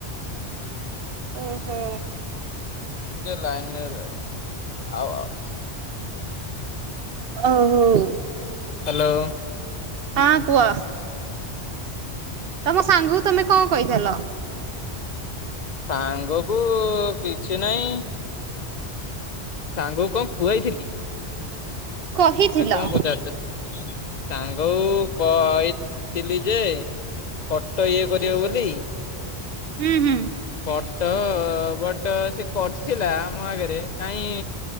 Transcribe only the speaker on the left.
ଟିକେ ଲାଇନ୍ ରେ ରହି ଆଉ ଆଉ।
ହାଲୋ।
ସାଙ୍ଗ କୁ କିଛି ନାଇଁ। ସାଙ୍ଗକୁ କଣ ଖୁଆଇଥିଲି?
ନା କଣ ପଚାରୁଚ, ସାଙ୍ଗକୁ କହିଥିଲି ଯେ। ଫଟୋ ଇଏ କରିବ ବୋଲି।
ଫଟୋ ଭଟ ସେ କରିଥିଲା, ମୋ ଆଗରେ କାଇଁ।